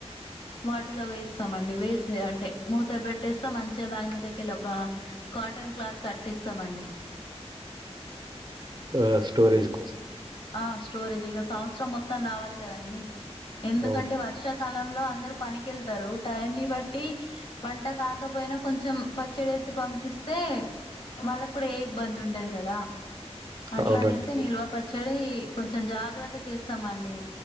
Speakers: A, on the left; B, on the right.
A: వాటిలో వేస్తామండి వేసి అంటే మూత పెట్ కట్టేస్తాం మంచిగా దాని మీదకిెళ్ళ ఒక కాటన్ క్లాత్ కట్టేస్తామండి
B: ఆ! స్టోరేజ్ కోసమా అండి?
A: ఆ స్టోరేజ్ ఇగ సంవత్సరం మొత్తాం రావాల్ కదండీ ఎందుకంటే
B: అవునవును.
A: వర్షాకాలంలో అందరు పనికిెళ్తారు టైం ని బట్టి వంట కాకపోయినా కొంచెం పచ్చడి యేసి పంపిస్ తే వాళ్ళక్ అప్పుడ ఏ ఇబ్బంది ఉండది కదా అట్లా
B: అవునండి.
A: అనేసీ నిల్వా చ్ ప చెడి కొంచెం జాగ్రత్త చేస్తామండి